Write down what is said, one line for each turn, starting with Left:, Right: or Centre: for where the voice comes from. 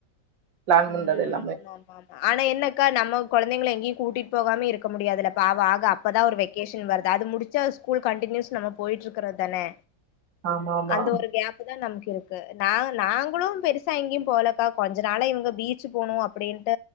Right: பிளான்
Left: உம்
Right: பண்றது எல்லாமே
Left: ஆமா ஆமாமா ஆனா என்னக்கா நம்ம கொழந்தைங்ள எங்கேயு கூட்டிட் போகாம இருக்க முடியாதுலக் பாவ ஆகா அப்பதா ஒரு வெக்கேஷன் வருது அது முடுச்சு அது ஸ்கூல் கண்டினியூஸ் நம்ம போயிட்டு இருக்றது தனே
Right: ஆமா ஆமா
Left: அந்த ஒரு கேபு தா நமக்கு இருக்கு நா நாங்ளும் பெருசா எங்கேயு போலக்கா கொஞ்ச நாளா இவுங்க பீச் போனு அப்டின்டு